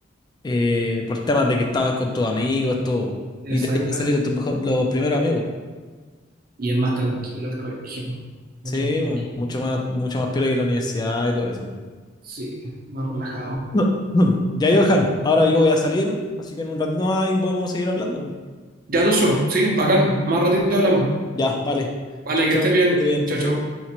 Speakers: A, on the left; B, on the right.
A: eh, por temas de que estabas con tus amigos, todo.
B: Exacta.
A: Y de ahí te salieron tus mejor- los primeros amigos.
B: Y es más tranquilo el colegio. po. Mucho
A: Sí,
B: más tranquilo.
A: bueno, mucho más, mucho más piola que la universidad y todo eso.
B: Sí, más relajado.
A: No, no. Ya, Johan, ahora yo voy a salir, así que en un ratito más ahí podemos seguir hablando.
B: Ya, Joshua, sí, bacán. Más ratito hablamos.
A: Ya, vale.
B: Vale,
A: Chao,
B: que
A: chao.
B: estés bien.
A: Que estés bien, chao,
B: Chao,
A: chao.
B: chao.